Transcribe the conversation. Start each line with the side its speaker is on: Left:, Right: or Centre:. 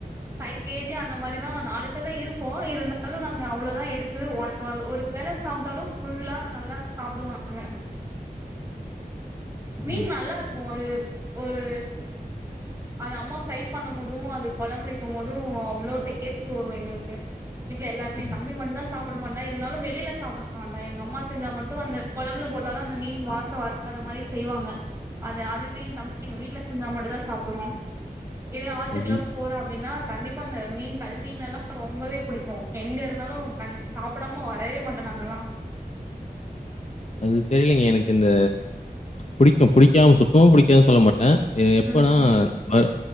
Right: பைவ் கேஜி அந்த மாரிதா நாலு பேரும் இருபோ இருந்தாலு நாங்க அவ்ளோதா எடுத்து ஒன் ஆ ஒரு வேல சாப்டாலு ஃபுல்லா நல்லா சாப்டுவோ நாங்க மீன்
Left: ம்.
Right: நல்லா இருக்கு அது ஒரு அது அம்மா ஃப்ரை பண்ணும் போதும் அது கொளம்பு வெக்கும் போதும் அவ்ளோ டேஸ்ட் வரு எங்களுக்கு வீட்டுல எல்லாருமே
Left: ம்.
Right: தம்பி மட்டுதா சாப்பட மாட்டா இருந்தாலு வெளியில சாப்பட மாட்டா எங்க அம்மா செஞ்சா மட்டு அந்த கொளம்புல போட்டாலு அந்த மீன் வாஷோ வ அதமாரி செய்வாங்க அது அதுவே எ தம்பி எங்க வீட்டுல செஞ்சா மட்டதா சாப்டுவா இது ஆத்துக்கெல்லா
Left: அது
Right: போற அப்டின்னா கண்டிப்பா அந்த மீன் கல்மீன் எல்லா ரொம்பவே புடிக்கு எங்க இருந்தாலு கண் சாப்புடாம வரவே மாட்டோ நாங்கல்லா
Left: அது தெரிலிங்க எனக்கு இந்த புடிக்கும் புடிக்காம சுத்தமா புடிக்கது சொல்ல மாட்டே எ எப்பனா
Right: ம்
Left: வறு